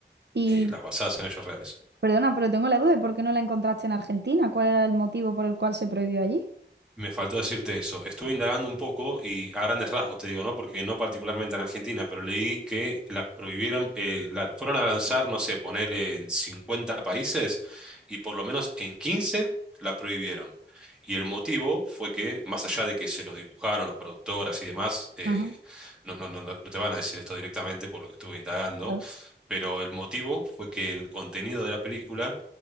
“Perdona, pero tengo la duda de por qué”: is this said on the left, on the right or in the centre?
Right